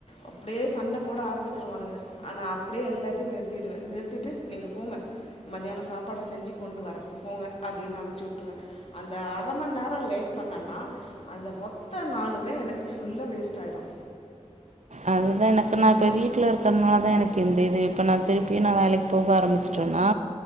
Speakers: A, on the left; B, on the right.
A: அப்டியே சண்ட போட ஆரம்பிச்சுருவானுங்க. ஆனா அப்டியே எல்லாத்தயு நிறுத்திடுவே நிறுத்திட்டு நீங்க போங்க மத்யானோ சாப்பாட செஞ்சு கொண்டு வர போங்க அப்டினு அம்ச்சு வுட்டுருவ. அந்த அர மண் நேரோ லேட் பண்ணன்னா அந்த மொத்த நாளுமே எனக்கு ஃபுல்லா வேஸ்ட் ஆயிடு.
B: அது தா எனக்கு நா இப்ப வீட்ல இருக்கற்னால தா எனக் இந்த இது இப்ப நா திருப்பியு நா வேலைக் போக ஆரம்பிச்சுட்டன்னா